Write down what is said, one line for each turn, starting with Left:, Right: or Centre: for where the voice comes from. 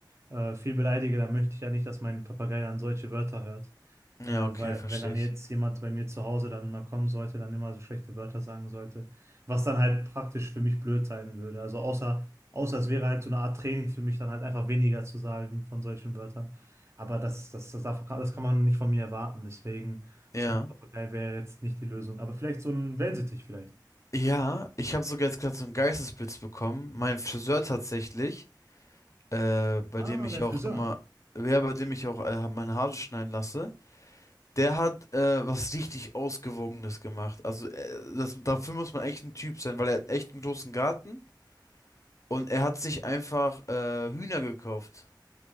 Right: äh, viel beleidige, dann möchte ich ja nicht, dass mein Papagei dann solche Wörter hört.
Left: Ja,
Right: Äh,
Left: okay,
Right: weil
Left: verstehe
Right: wenn dann
Left: ich.
Right: jetzt jemand bei mir zu Hause dann mal kommen sollte, dann immer so schlechte Wörter sagen sollte, was dann halt praktisch für mich blöd sein würde. Also außer, außer es wäre halt so eine Art Training für mich, dann halt einfach weniger zu sagen von solchen Wörtern. Aber das, das, das, darf, das kann man nicht von mir erwarten. Deswegen,
Left: Ja.
Right: so ein Papagei wäre jetzt nicht die Lösung. Aber vielleicht so ein Wellensittich vielleicht.
Left: Ja, ich habe sogar jetzt gerade so einen Geistesblitz bekommen. Mein Friseur tatsächlich, äh, bei
Right: Ah,
Left: dem ich
Right: dein Friseur.
Left: auch immer, ja, bei dem ich auch äh, meine Haare schneiden lasse, der hat äh, was richtig Ausgewogenes gemacht. Also äh, das, dafür muss man echt ein Typ sein, weil er hat echt einen großen Garten und er hat sich einfach äh, Hühner gekauft.